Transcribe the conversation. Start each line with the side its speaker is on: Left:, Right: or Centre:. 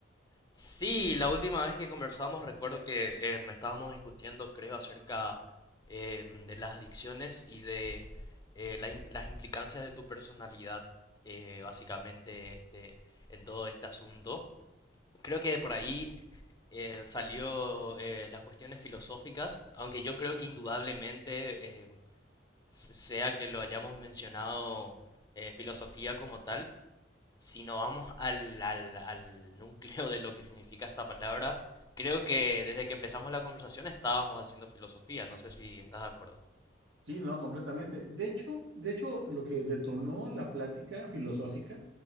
Left: Sí, la última vez que conversamos recuerdo que em, estábamos discutiendo, creo, acerca em, de las adicciones y de eh, la im- las implicancias de tu personalidad, eh, básicamente, este, en todo este asunto. Creo que de por ahí eh, salió eh, las cuestiones filosóficas, aunque yo creo que indudablemente, em, s- sea que lo hayamos mencionado eh, filosofía como tal, si nos vamos al, al, al núcleo de lo que significa esta palabra, creo que desde que empezamos la conversación estábamos haciendo filosofía. No sé si estás de acuerdo.
Right: Sí, no, completamente. De hecho, de hecho, lo que detonó la plática filosófica